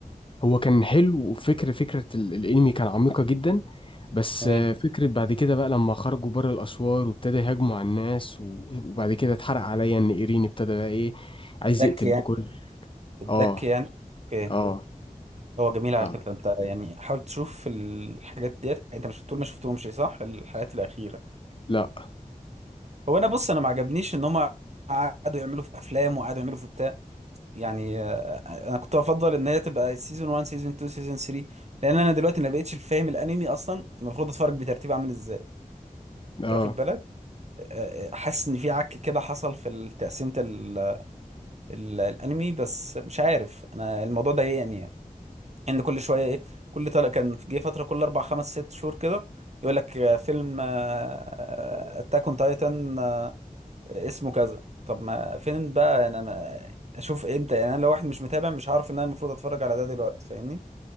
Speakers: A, on the left (about 35°); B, on the right (about 50°).
A: هو كان حلو وفكرة فكرة ال- الأنمي كان عميقة جدا بس
B: تمام
A: آه، فكرة بعد كده بقى لما خرجوا بره الأسوار وابتدى يهاجموا على الناس و- وبعد كده اتحرق عليا إن إيرين ابتدى بقى إيه عايز
B: الدك
A: يقتل
B: يعني
A: الكل
B: الدك
A: اه
B: يعني اوكي
A: اه
B: هو جميل على
A: اه
B: فكرة انت يعني حاول تشوف الحاجات ديت انت مش بتقول ما شفتهمش صح الحلقات الأخيرة
A: لا
B: هو انا بص انا ما عجبنيش ان هم قعدوا يعملوا في افلام وقعدوا يعملوا في بتاع يعني آه، انا كنت افضل ان هي تبقى سيزون 1 سيزون 2 سيزون 3 لان انا دلوقتي ما بقتش فاهم الانمي اصلا المفروض اتفرج بترتيب عامل ازاي
A: اه
B: انت واخد بالك حاسس ان في عك كده حصل في تقسيمه ال- ال- الانمي بس مش عارف انا الموضوع ضايقني يعني يعني ان كل شويه ايه كل طلع كان جه فتره كل اربع خمس ست شهور كده يقول لك آه، فيلم اتاك اون تايتن اسمه كذا طب ما فين بقى انا ما اشوف امتى يعني انا لو واحد مش متابع مش هعرف ان انا المفروض اتفرج على ده دلوقتي فاهمني